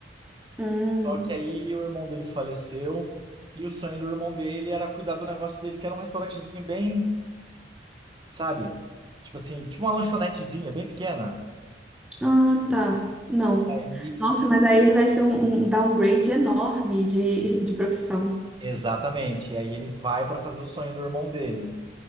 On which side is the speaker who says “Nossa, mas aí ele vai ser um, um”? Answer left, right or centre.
Centre